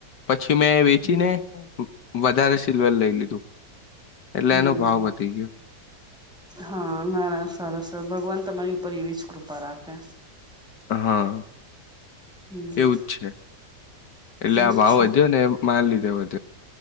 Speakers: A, on the left; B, in the centre.
A: પછી મેં વેચીને
B: હમ
A: વધારે સિલ્વર લઈ લીધું. એટલે
B: હુ
A: એનો ભાવ
B: હમ
A: વધી ગયો
B: હા મારા સરસ ભગવાન તમારી ઉપર એવીસ કૃપા રાખે.
A: હા
B: હમ
A: એવુંજ છે એટલે
B: એવું
A: આ
B: જ
A: ભાવ
B: છે
A: વધ્યો ને મા લીધે વધજ